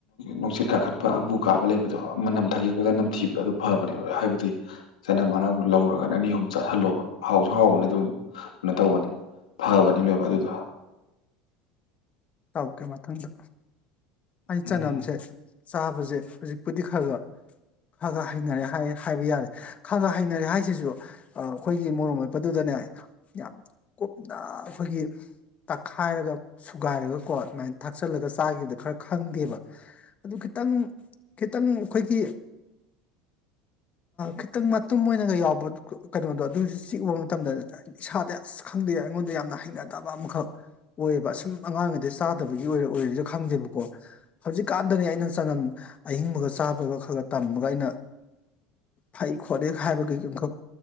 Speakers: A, on the left; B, on the left.
A: ꯅꯨꯡꯁꯤꯠ ꯀꯥꯈꯠ ꯄ ꯑꯝꯕꯨ ꯀꯥꯕ ꯂꯩꯕꯗꯣ ꯃꯅꯝ ꯊꯥꯒꯦꯛꯄꯗ ꯅꯝ ꯊꯤꯕꯗꯣ ꯑꯗꯨ ꯐꯕꯅꯦꯕ ꯍꯥꯏꯕꯗꯤ ꯆꯅꯝ ꯃꯅꯥꯗꯨ ꯂꯧꯔꯒꯅꯦ ꯑꯅꯤ ꯑꯍꯨꯝ ꯆꯥꯁꯤꯜꯂꯣꯕ ꯍꯥꯎꯁꯨ ꯍꯥꯎꯕꯅꯤ ꯑꯗꯨꯝ ꯀꯩꯅꯣ ꯇꯧꯕꯅꯦ ꯐꯕꯅꯤ ꯂꯣꯏꯃꯛ ꯑꯗꯨꯗꯣ
B: ꯇꯧꯒꯦ ꯃꯊꯪꯗ ꯑꯩ
A: ꯎꯝ
B: ꯆꯅꯝꯁꯦ ꯆꯥꯕꯁꯦ ꯍꯧꯖꯤꯛꯄꯨꯗꯤ ꯈꯔ ꯈ ꯈꯔ ꯈ ꯍꯩꯅꯔꯦ ꯍꯥꯏꯌꯦ ꯍꯥꯏꯕ ꯌꯥꯔꯦ ꯈꯔ ꯈ ꯍꯩꯅꯔꯦ ꯍꯥꯏꯁꯤꯁꯨ ꯑꯩꯈꯣꯏꯒꯤ ꯃꯣꯔꯣꯛ ꯃꯦꯠꯄꯗꯨꯗꯅꯦ ꯌꯥꯝ ꯀꯨꯞꯅ ꯑꯩꯈꯣꯏꯒꯤ ꯇꯛꯈꯥꯏꯔꯒ ꯁꯨꯒꯥꯏꯔꯒ ꯀꯣ ꯑꯗꯨꯃꯥꯏꯅ ꯊꯥꯛꯆꯜꯂꯒ ꯆꯥꯈꯤꯕꯗꯣ ꯈꯔ ꯈꯪꯗꯦꯕ ꯑꯗꯨ ꯈꯤꯇꯪ ꯈꯤꯇꯪ ꯑꯩꯈꯣꯏꯒꯤ ꯈꯤꯇꯪ ꯃꯇꯨꯝ ꯑꯣꯏꯅꯒ ꯌꯥꯎꯕ ꯀꯩꯅꯣꯗꯣ ꯑꯗꯨꯁꯨ ꯆꯤꯛ ꯎꯕ ꯃꯇꯝꯗ ꯏꯁꯥꯗ ꯑꯁ ꯈꯪꯗꯦ ꯑꯩꯉꯣꯟꯗ ꯌꯥꯝꯅ ꯍꯩꯅꯗꯕ ꯑꯃꯈꯛ ꯑꯣꯏꯌꯦꯕ ꯑꯁꯨꯝ ꯑꯉꯥꯡ ꯑꯗꯩ ꯆꯥꯗꯕꯒꯤ ꯑꯣꯏꯔ ꯑꯣꯏꯔꯁꯨ ꯈꯪꯗꯦꯕꯀꯣ ꯍꯧꯖꯤꯛꯀꯥꯟꯗꯅꯤ ꯑꯩꯅ ꯆꯅꯝ ꯑꯍꯤꯡꯕꯒ ꯆꯥꯕꯒ ꯈꯔ ꯈ ꯇꯝꯃꯒ ꯑꯩꯅ ꯐꯩ ꯈꯣꯠꯂꯤꯦ ꯍꯥꯏꯕꯒꯤꯈꯛ